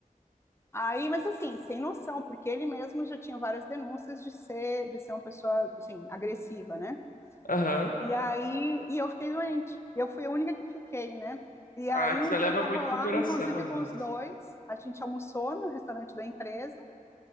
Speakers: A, on the left; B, on the left.
A: Aí, mas assim, sem noção, porque ele mesmo já tinha várias denúncias de ser, de ser uma pessoa, assim, agressiva, né?
B: Aham.
A: E aí, e eu fiquei doente. E eu fui a única que fiquei, né? E
B: Ah,
A: aí
B: que
A: um
B: você
A: dia
B: leva
A: eu tava
B: muito pro
A: lá,
B: coração
A: inclusive
B: às
A: com
B: vezes.
A: os dois, a gente almoçou no restaurante da empresa,